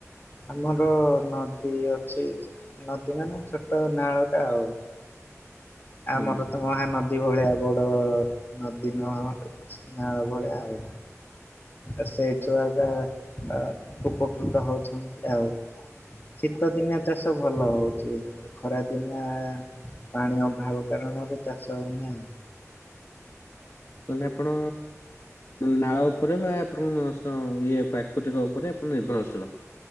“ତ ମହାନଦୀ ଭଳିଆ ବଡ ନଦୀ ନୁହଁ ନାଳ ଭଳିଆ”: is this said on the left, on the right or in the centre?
Left